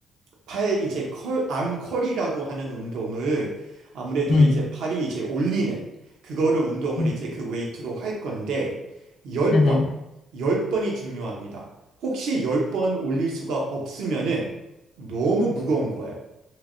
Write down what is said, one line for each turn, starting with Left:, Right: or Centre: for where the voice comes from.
Right: 팔 이제 컬, 암 컬이라고 하는 운동을 아무래도
Left: 네,
Right: 이제 팔이 이제 올리는 그거를 운동을
Left: 네,
Right: 이제 그 웨이트로 할 건데 10번,
Left: 네, 네.
Right: 10번이 중요합니다. 혹시 10번 올릴 수가 없으면은 너무 무거운 거예요.